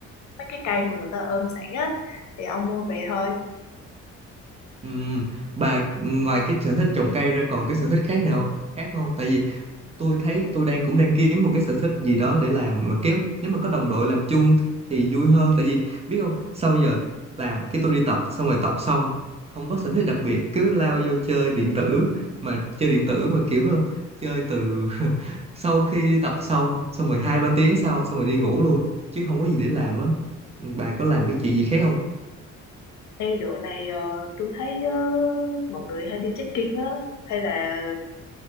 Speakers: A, on the left; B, on the right.
A: mấy cái cây mà người ta ôm sẵn á thì ông mua về thôi.
B: Ừm, bà ngoài cái sở thích trồng cây ra còn cái sở thích khác nào khác không tại vì tôi thấy tôi đang cũng đang kiếm một cái sở thích gì đó để làm mà kiếm nếu mà có đồng đội làm chung thì vui hơn tại vì biết không sau giờ làm cái tôi đi tập xong rồi tập xong không có sở thích đặc biệt cứ lao vô chơi điện tử mà chơi điện tử mà kiểu chơi từ <laughs> sau khi đi tập xong xong rồi hai ba tiếng sau xong rồi đi ngủ luôn chứ không có gì để làm á bà có làm cái chuyện gì khác không
A: Ê độ này ờ, tôi thấy ờ, mọi người hay đi trekking á hay là